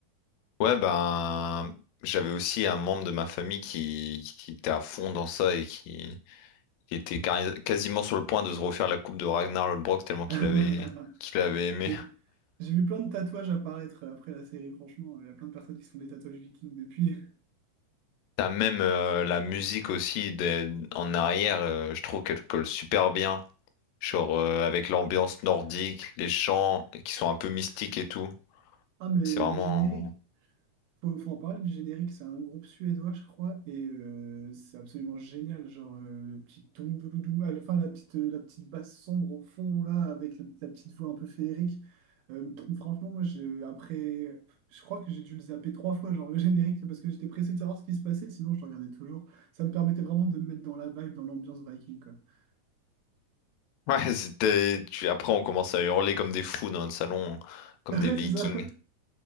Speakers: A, on the left (about 90°); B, on the right (about 75°).
A: Ouais, ben, j'avais aussi un membre de ma famille qui, qui était à fond dans ça et qui, qui était cari- quasiment sur le point de se refaire la coupe de Ragnar Lodbrok tellement qu'il
B: <laughs>
A: avait, qu'il avait aimé.
B: J'ai j'ai vu plein de tatouages apparaître après la série, franchement. Il y a plein de personnes qui se font des tatouages vikings depuis. <laughs>
A: T'as même euh, la musique aussi des- en arrière, euh, je trouve qu'elle colle super bien. Genre euh, avec l'ambiance nordique, les chants qui sont un peu mystiques et tout.
B: Ah, mais
A: C'est vraiment.
B: le générique, faut, faut en parler du générique, c'est un groupe suédois, je crois, et euh, c'est absolument génial. Genre, euh, le petit toum doudoudou, à la fin, la petite, euh, la petite basse sombre au fond, là, avec le- la petite voix un peu féerique. Euh, franchement, moi, je, après, je crois que j'ai dû le zapper trois fois, genre le générique, c'est parce que j'étais pressé de savoir ce qui se passait, sinon je le regardais toujours. Ça me permettait vraiment de me mettre dans la vibe, dans l'ambiance viking, quoi. <laughs>
A: Ouais, c'était. tu- Après, on commence à hurler comme des fous dans notre salon, comme
B: Ouais,
A: des Vikings.
B: c'est ça.